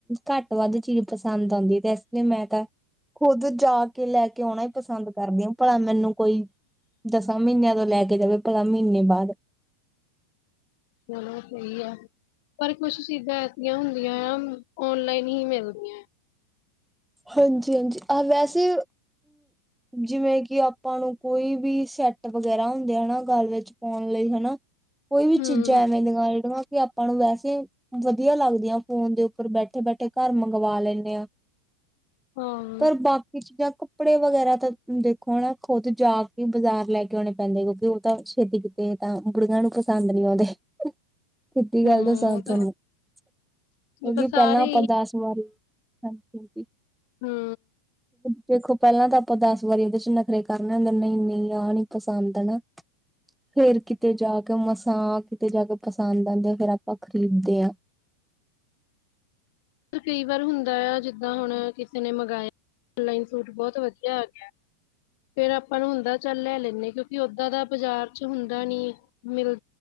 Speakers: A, in the centre; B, on the left.
A: ਘੱਟ ਵੱਧ ਚੀਜ਼ ਪਸੰਦ ਆਦੀ ਤੇ ਇਸ ਲਈ ਮੈਂ ਤਾਂ ਖੁਦ ਜਾ ਕੇ ਲੈ ਕੇ ਆਣਾ ਹੀ ਪਸੰਦ ਕਰਦੀ ਹਾ ਭਲਾ ਮੈਨੂੰ ਕੋਈ ਦਸਾਂ ਮਹੀਨਿਆਂ ਤੋਂ ਲੈ ਕੇ ਜਾਵੇ ਭਲਾ ਮਹੀਨੇ ਬਾਦ
B: ਚਲੋ, ਸਹੀ ਆ ਪਰ ਕੁਛ ਚੀਜ਼ਾਂ ਐਸੀਆਂ ਹੁੰਦੀਆਂ ਆ ਔਨਲਾਈਨ ਹੀ ਮਿਲਦੀਆਂ ਹੈ।
A: ਹਾਂਜੀ-ਹਾਂਜੀ, ਆ ਵੈਸੇ ਜਿਵੇਂ ਕਿ ਆਪਾਂ ਨੂੰ ਕੋਈ ਵੀ ਸੈਟ ਵਗੈਰਾ ਹੁੰਦੇ ਹਨਾ, ਗੱਲ ਵਿੱਚ ਪਾਣ ਲਈ ਹਨਾ। ਕੋਈ ਵੀ
B: ਹੂੰ
A: ਚੀਜ਼ਾਂ ਐਵੇਂ ਲਗਾ ਲ ਕਿ ਆਪਾਂ ਨੂੰ ਵੈਸੇ ਵਧੀਆ ਲੱਗਦੀਆਂ ਫੋਨ ਦੇ ਉੱਪਰ ਬੈਠੇ ਬੈਠੇ ਘਰ ਮੰਗਵਾ ਲੈਂਨੇ ਹਾਂ।
B: ਹਾਂ
A: ਪਰ ਬਾਕੀ ਚੀਜ਼ਾਂ, ਕੱਪੜੇ ਵਗੈਰਾ ਤਾਂ ਦੇਖੋ ਨਾ ਖੁੱਦ ਜਾ ਕੇ ਬਜ਼ਾਰ ਲੈ ਕੇ ਆਣੇ ਪੈਂਦੇ ਕਿਉਂਕਿ ਉਹ ਤਾਂ ਛੇਤੀ ਕੀਤੇ ਤਾਂ ਬੁੜੀਆਂ ਨੂੰ ਪਸੰਦ ਨੀ ਆਦੇ। ਸਿੰਧੀ ਗੱਲ
B: ਹਮ
A: ਦੱਸਾਂ,
B: ਉਹ
A: ਤੁਹਾਨੂੰ
B: ਤਾਂ ਹੈ
A: ਕਿਉਂਕਿ
B: ਇਹ ਤਾਂ ਸਾਰੇ
A: ਪਹਿਲਾਂ ਆਪਾਂ ਦਸ ਵਾਰੀ ਹਾਂਜੀ,
B: ਹੂੰ,
A: ਦੇਖੋ, ਪਹਿਲਾਂ ਤਾਂ ਆਪਾਂ ਦਸ ਵਾਰੀ ਉਹਦੇ ਚ ਨਖਰੇ ਕਰਨੇ ਹੁੰਦੇ ਨਹੀਂ-ਨਹੀਂ ਆਹ ਨੀ ਪਸੰਦ ਆ ਨਾ ਫੇਰ ਕਿਤੇ ਜਾ ਕੇ ਮਸਾਂ ਕਿਤੇ ਜਾ ਕੇ ਪਸੰਦ ਆਦੇ ਆ ਫਿਰ ਆਪਾਂ ਖ਼ਰੀਦਦੇ ਹਾਂ।
B: ਕਈ ਵਾਰ ਹੁੰਦਾ ਆ ਜ ਜਦਾਂ ਹੁਣ ਕਿਸੇ ਨੇ ਮੰਗਾਇਆ ਔਨਲਾਈਨ ਸੂਟ ਬਹੁਤ ਵਧੀਆ ਆ ਗਿਆ ਫੇਰ ਆਪਾਂ ਨੂੰ ਹੁੰਦਾ ਚੱਲ ਲੈ ਲੈਂਨੇ ਆ ਕਿਉਂਕਿ ਉਦਾ ਦਾ ਬਾਜ਼ਾਰ ਚ ਹੁੰਦਾ ਨੀ ਮਿਲ